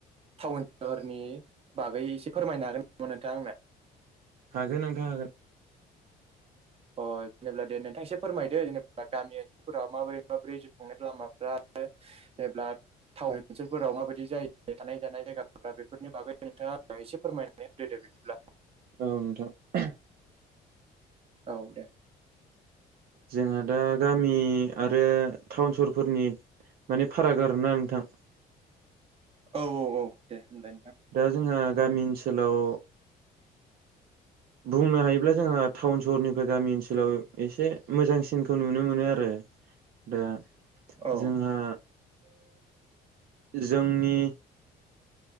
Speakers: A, on the right (about 35°); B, on the right (about 65°).
A: टाउन सहरनि बागै एसे फोरमायनो हागोन। नोंथां आंनो।
B: हागोन नोंथां हागोन।
A: अ जेनेबा दे नोंथां एसे फोरमायदो जेनेबा गामि ओनसोलफोराव माबोरै माबोरै जिउ खुंनाय लामाफ्रा जेब्ला टाउन ओनसोलफोराव माबायदि जायो थानाय जानाय जायगाफोरा बेफोरनि बागै नोंथाङा एसे फोरमायनानै होग्रोदो। बिदिब्ला
B: औ नोंथां ‌।
A: औ दे।
B: जोंहा दा गामि आरो टाउन सहरफोरनि माने फाराग आरोना नोंथां।
A: औ औ औ दे होनलाय नोंथां।
B: दा जोंहा गामि ओनसोलाव बुंनो हायोब्ला जोंहा टाउन सहरनिफ्राय गामि ओनसोलाव एसे मोजांसिनखौ नुनो मोनो आरो। <inaudible> दा
A: औ
B: जोंहा जोंनि